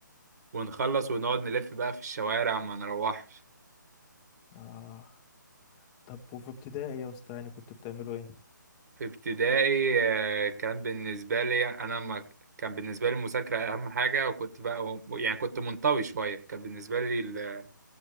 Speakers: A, on the right; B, on the left.
A: ونخلص ونقعد نلف بقى في الشوارع ما نروحش
B: اه طب وفي ابتدائي يا اسطى يعني كنتوا بتعملوا ايه
A: في ابتدائي آه، كان بالنسبة لي أنا ما كان بالنسبة لي المذاكرة أهم حاجة وكنت بقى يعني كنت منطوي شوية كان بالنسبة لي ال-